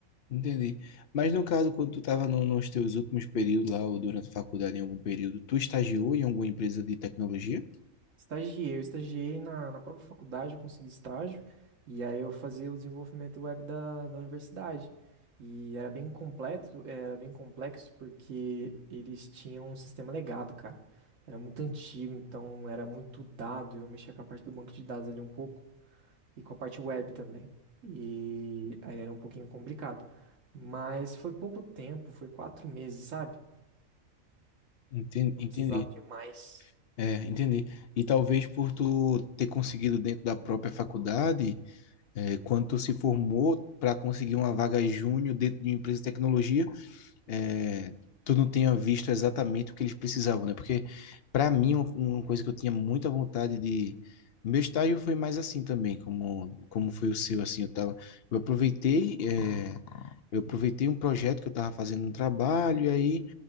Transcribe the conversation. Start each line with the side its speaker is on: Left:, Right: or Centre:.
Left: Entendi. Mas no caso, quando tu estava nos teus últimos períodos lá, ou durante a faculdade, em algum período, tu estagiou em alguma empresa de tecnologia?
Right: Estagiei, eu estagiei na, na própria faculdade, eu consegui estágio, e aí eu fazia o desenvolvimento web da, da universidade. E era bem completo, era bem complexo, porque eles tinham um sistema legado, cara. Era muito antigo, então era muito dado, e eu mexia com a parte do banco de dados ali um pouco, e com a parte web também. E aí era um pouquinho complicado. Mas foi pouco tempo, foi quatro meses, sabe?
Left: Entendi.
Right: Eu
Left: Entendi.
Right: precisava de mais.
Left: É, entendi. E talvez por tu ter conseguido dentro da própria faculdade, é, quando tu se formou para conseguir uma vaga júnior dentro de uma empresa de tecnologia, é, tu não tenha visto exatamente o que eles precisavam, né? Porque, para mim, um- uma coisa que eu tinha muita vontade de. Meu estágio foi mais assim também, como, como foi o seu, assim, eu tava, eu aproveitei, é, eu aproveitei um projeto que eu estava fazendo no trabalho, e aí